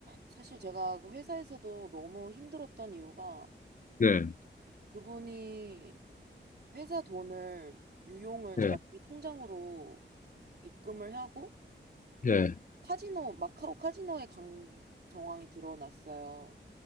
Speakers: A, on the right; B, on the left.
A: 사실 제가 그 회사에서도 너무 힘들었던 이유가
B: 네,
A: 그분이 회사 돈을 유용을 자기
B: 예,
A: 통장으로 입금을 하고
B: 예. <laughs>
A: 카지노, 마카오 카지노에 간 정황이 드러났어요.